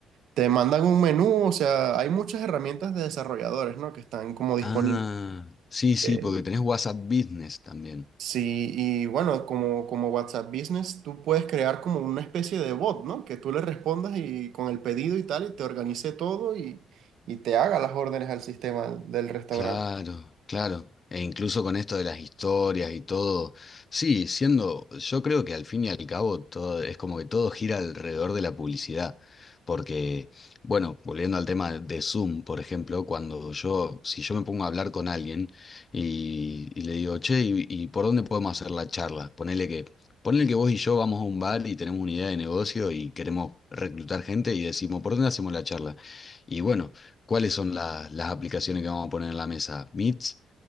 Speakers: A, on the right (about 75°); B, on the left (about 35°).
A: te mandan un menú, o sea, hay muchas herramientas de desarrolladores, ¿no? Que están como disponibles.
B: Ah, sí, sí,
A: Eh,
B: porque tenés WhatsApp Business también.
A: sí, y bueno, como, como WhatsApp Business, tú puedes crear como una especie de bot, ¿no? Que tú le respondas y con el pedido y tal, y te organice todo y, y te haga las órdenes al sistema del restaurante.
B: Claro, claro. E incluso con esto de las historias y todo, sí, siendo, yo creo que al fin y al cabo todo, es como que todo gira alrededor de la publicidad. Porque, bueno, volviendo al tema de Zoom, por ejemplo, cuando yo, si yo me pongo a hablar con alguien y, y le digo, che, ¿y, y por dónde podemos hacer la charla? Ponele que, ponele que vos y yo vamos a un bar y tenemos una idea de negocio y queremos reclutar gente y decimos, ¿por dónde hacemos la charla? Y bueno. ¿Cuáles son la- las aplicaciones que vamos a poner en la mesa? Meets,